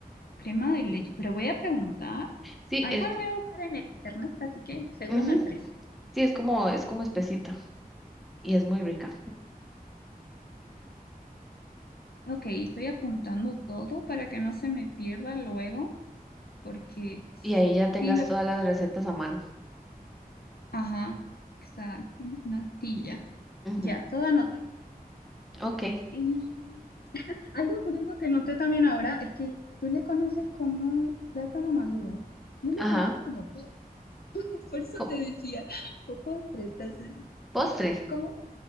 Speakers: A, on the left; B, in the centre.
A: crema de leche. Pero voy a preguntar.
B: Sí,
A: Ah,
B: es,
A: igual voy a buscar en el internet, así que seguro
B: ujú,
A: me aparece.
B: sí, es como, es como espesita y es muy rica.
A: Ok, estoy apuntando todo para que no se me pierda luego, porque sí
B: y ahí ya tengas
A: lo...
B: todas las recetas a mano.
A: Ajá, exacto, natilla.
B: Ujú,
A: Ya, todo anotado.
B: Ok,
A: Y Algo curioso que noté también ahora es que tú le conoces como plátano maduro. Yo le
B: ajá.
A: conozco como postre. <laughs> Por eso
B: Co-
A: te decía, po- postre. Entonces,
B: Postre.
A: y- ¿cómo?